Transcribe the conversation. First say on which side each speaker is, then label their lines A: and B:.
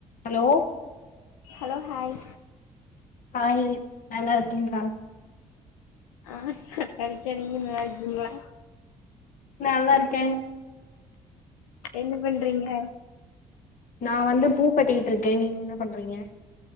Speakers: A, on the left; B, on the left.
A: ஹலோ?
B: Hello hi.
A: ஹாய் நல்லார்க்கிங்ளா?
B: ஆ <unintelligible> நீங்க நல்லா இருக்கிங்ளா?
A: நல்லாருக்கன்.
B: என்னு பண்றீங்க?
A: நா வந்து பூ கட்டிகிட்ருக்கே நீங்க என்ன பண்றீங்க?